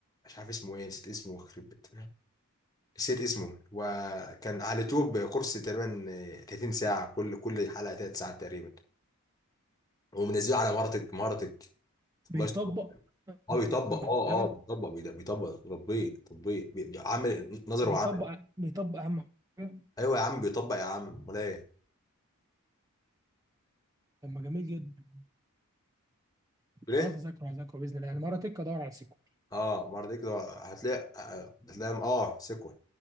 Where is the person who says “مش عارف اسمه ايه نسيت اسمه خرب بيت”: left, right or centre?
Left